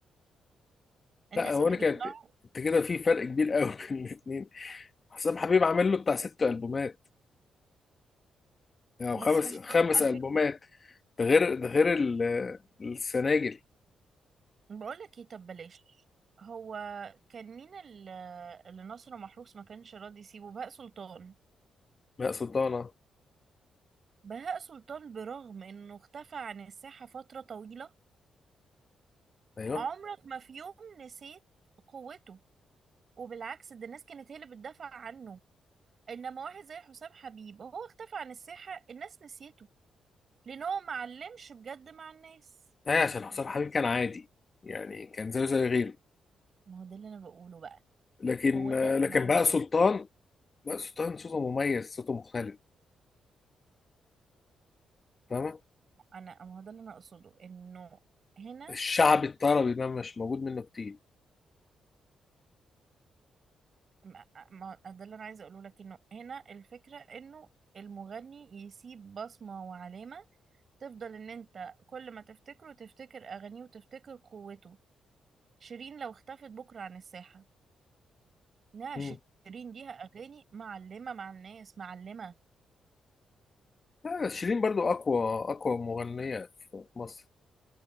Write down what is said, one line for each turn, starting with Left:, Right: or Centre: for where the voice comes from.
Right: الناس
Left: لا هو
Right: اللي
Left: انا
Right: بيطلعوا
Left: كانت انت كده في فرق كبير قوي <laughs> بين الاثنين حسام حبيب عامل له بتاع ست البومات او يعني
Right: بس
Left: خمس
Right: مش
Left: خمس
Right: قوي على
Left: البومات
Right: فكرة
Left: ده غير ده غير ال- السناجل
Right: بقول لك ايه طب بلاش هو كان مين ال- اللي ناصر محروس ما كانش راضي يسيبه بهاء سلطان
Left: لا سلطانه
Right: بهاء سلطان برغم انه اختفى عن الساحة فترة طويلة
Left: ايوه
Right: عمرك ما في يوم نسيت قوته وبالعكس ده الناس كانت هي اللي بتدافع عنه انما واحد زي حسام حبيب هو اختفى عن الساحة الناس نسيته لان هو ما علمش بجد مع الناس
Left: هي عشان حسام حبيب كان عادي يعني كان زيه زي غيره
Right: ما هو ده اللي انا بقوله بقى
Left: لكن
Right: هو ده اللي
Left: لكن
Right: انا عايزه
Left: بقى
Right: اقوله
Left: سلطان بقى سلطان صوته مميز صوته مختلف فاهمة
Right: انا ما هو ده اللي انا اقصده انه هنا
Left: الشعبي الطربي ده مش موجود منه كتير
Right: ما ما- ده اللي انا عايزه اقوله لك انه هنا الفكرة انه المغني يسيب بصمة وعلامة تفضل ان انت كل ما تفتكره تفتكر اغانيه وتفتكر قوته شيرين لو اختفت بكرة عن الساحة انها
Left: مم.
Right: شيرين ليها اغاني معلمه مع الناس معلمه
Left: لا شيرين برضو أقوى أقوى مغنية في مصر